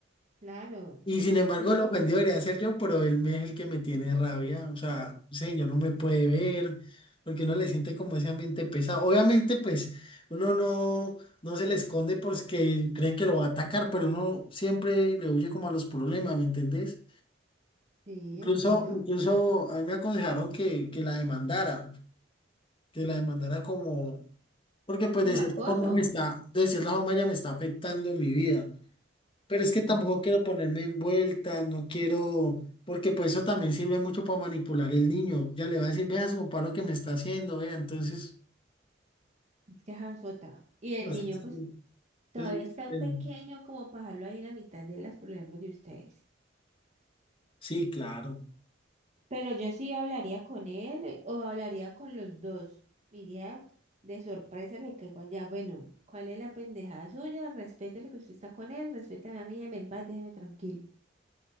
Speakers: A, on the right; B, on the left.
A: claro.
B: Y sin embargo,
A: Pero
B: el ofendido debería ser yo, pero él me- es el que me tiene rabia. O sea, señor, no me puede ver, porque uno le siente como ese ambiente pesado. Obviamente, pues, uno no, no se le esconde porque cree que lo va a atacar, pero uno siempre le huye como a los problemas, ¿me entendés?
A: sí,
B: Incluso,
A: entiendo.
B: incluso a mí me aconsejaron que, que la demandara, que la demandara como Porque pues
A: Como
B: de cierta
A: acoso.
B: forma me está, de cierta forma ya me está afectando mi vida. Pero es que tampoco
A: Sí,
B: quiero ponerme en vuelta, no quiero, porque pues eso también sirve mucho para manipular el niño. Ya le va a decir, vea su papá lo que me está haciendo, vea. Entonces,
A: es que esa es otra. Y el
B: no sé
A: niño,
B: si-
A: pues, todavía
B: sí,
A: está
B: sí,
A: pequeño como para dejarlo ahí en la mitad de los problemas de ustedes.
B: sí, claro.
A: Pero yo sí hablaría con él eh, o hablaría con los dos. Iría de sorpresa, le caigo allá. Bueno, ¿cuál es la pendejada suya? Respete lo que usted está con él, respétame a mí, déjeme en paz, déjeme tranquilo.